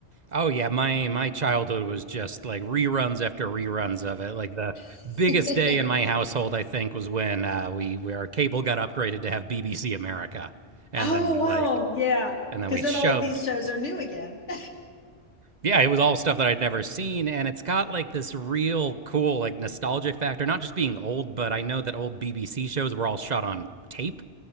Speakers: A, on the right; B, on the left.
A: Oh yeah, my my childhood was just like reruns after reruns of it. Like the
B: <laughs>
A: biggest day in my household, I think, was when uh, we, we our cable got upgraded to have BBC America, and
B: Oh,
A: then
B: wow.
A: like
B: Yeah.
A: and then
B: Because
A: we
B: then
A: shoved
B: all of these shows are new again. <laughs>
A: Yeah, it was all stuff that I'd never seen, and it's got like this real cool, like nostalgic factor. Not just being old, but I know that old BBC shows were all shot on tape,